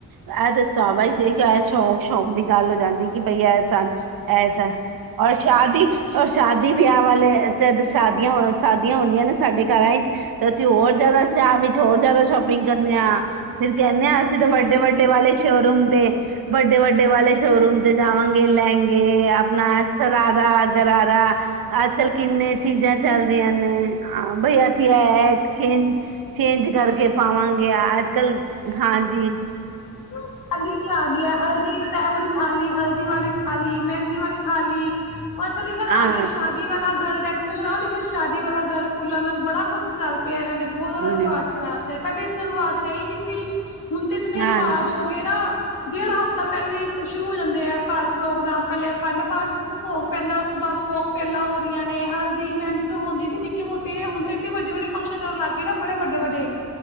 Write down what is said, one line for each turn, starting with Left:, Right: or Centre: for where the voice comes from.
Right: ਆਹ ਦੱਸ- ਤੌਬਾ ਹੀ ਜੇ ਸ਼ੌਕ ਸ਼ੌਂਕ ਦੀ ਗੱਲ ਹੋ ਜਾਂਦੀ। ਕਿ ਬਈ ਐ ਸਾਨੂ ਐਸਾ ਔਰ ਸ਼ਾਦੀ- ਔਰ ਸ਼ਾਦੀ ਵਿਆਹ ਵਾਲੇ ਜਦ ਸ਼ਾਦੀਆਂ ਸ਼ਾਦੀਆਂ ਹੁੰਦੀਆਂ ਨੇ- ਸਾਡੇ ਘਰਾਂ ਚ ਤੇ ਅਸੀਂ ਹੋਰ ਜ਼ਿਆਦਾ ਚਾਅ ਵਿੱਚ ਹੋਰ ਜ਼ਿਆਦਾ- ਸ਼ੋਪਿੰਗ ਕਰਨੇ ਆ ਫਿਰ ਕਹਿੰਨੇ ਹਾਂ ਅਸੀਂ ਤਾਂ ਵੱਡੇ ਵੱਡੇ ਵਾਲੇ ਸ਼ੋਰੂਮ ਤੇ- ਵੱਡੇ ਵੱਡੇ ਵਾਲੇ ਸ਼ੋਰੂਮ ਤੇ ਜਾਵਾਂਗੇ ਲਹਿੰਗੇ ਆਪਣਾ ਸਰਾਰਾ- ਗਰਾਰਾ ਅੱਜ ਕੱਲ ਕਿੰਨੇ ਚੀਜ਼ਾਂ ਚੱਲਦੀਆਂ ਨੇ- ਹਾਂ ਬਈ ਅਸੀਂ ਐ ਚੇਂਜ ਚੇਂਜ ਕਰਕੇ- ਪਾਵਾਂਗੇ ਅੱਜ ਕੱਲ ਹਾਂਜੀ।
Left: ਹ। ਥਾਲੀ ਵੀ ਆ ਗਈ ਐ ਹਲਦੀ ਤੇ ਐ ਵਾਲੀ ਥਾਲੀ, ਹਲਦੀ ਵਾਲੀ ਥਾਲੀ, ਮੈਂਦੀ ਵਾਲੀ ਥਾਲੀ ਓ ਅੱਜ-ਕੱਲ ਲਿਖੇ ਦਾ
Right: ਹਾਂ
Left: ਆ ਗਿਆ ਸ਼ਾਦੀ ਵਾਲਾ ਗਰ ਡੈਕੋਰੇੇਸ਼ਨ ਕਰਾਓ ਲਿਖੇ ਸ਼ਾਦੀ ਵਾਲਾ ਗਰ ਫੁੱਲਾਂ ਨਾਲ ਬੜਾ ਕੁੱਛ ਚੱਲ ਪਿਆ ਏਨਾਂ ਨੇ ਬਹੁ ਜ਼ਾਦਾ
Right: ਹਮ
Left: ਰਵਾਜ਼ ਚਲਾਤੇ ਪੈਲੇ ਇਤਨੇ ਰਵਾਜ਼ ਹੈਈ ਨੀ ਸੀ। ਹੁਨ ਤੇ ਇਤਨੇ
Right: ਹਾਂ
Left: ਰਵਾਜ਼ ਹੋ ਗਏ ਨਾ ਡੇਢ ਹਫ਼ਤਾ ਪੈਲਾਂ ਈ ਸ਼ੁਰੂ ਹੋ ਜਾਂਦੇ ਆ ਘਰ ਪ੍ਰੋਗਰਾਮ ਪੈਲੇ ਅਖੰਡ ਪਾਠ ਭੋਗ ਪੈਂਦਾ ਉਸ ਤੋਂ ਬਾਦ ਘੋ ਟੇਲਾਂ ਹੋ ਰੀਆਂ ਨੇ ਹਲਦੀ ਮਹਿੰਦੀ ਤਾਂ ਹੁੰਦੀ ਸੀ ਨਿੱ ਨਿੱਕੀ ਮੋਟੀ ਹੁਨ ਤੇ ਏਡੇ ਵੱਡੇ-ਵੱਡੇ ਫੰਕਸ਼ਨ ਕਰਨ ਲਾਗੇ ਨਾ ਬੜੇ ਵੱਡੇ-ਵੱਡੇ